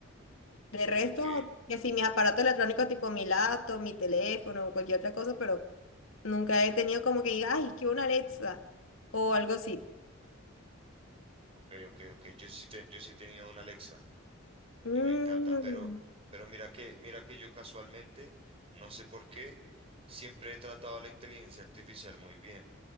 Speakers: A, on the right (about 30°); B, on the left (about 85°).
A: Ok,
B: De resto,
A: ok,
B: que si mis aparatos electrónicos tipo mi laptop, mi teléfono o cualquier otra cosa, pero nunca he tenido como que diga, ay, que una Alexa o algo así.
A: ok, ok, ok. Yo sí, te- yo sí he tenido una Alexa
B: Mm,
A: y me encanta, pero, pero mira que, mira que yo casualmente, no sé por qué, siempre he tratado a la inteligencia artificial muy bien.